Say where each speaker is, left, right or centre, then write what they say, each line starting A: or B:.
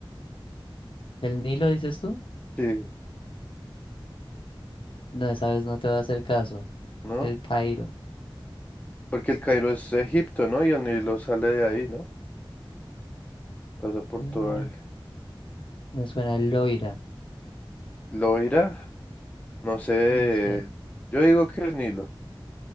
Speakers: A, on the left; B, on the left.
A: ¿El Nilo dices tú?
B: Sí,
A: No, esa vez no te voy a hacer caso.
B: ¿no?
A: El Cairo.
B: Porque el Cairo es Egipto, ¿no? Y el Nilo sale de ahí, ¿no? Pasa por
A: Loira.
B: toda.
A: Me suena Loira.
B: ¿Loira? No sé.
A: No sé.
B: Yo digo que el Nilo.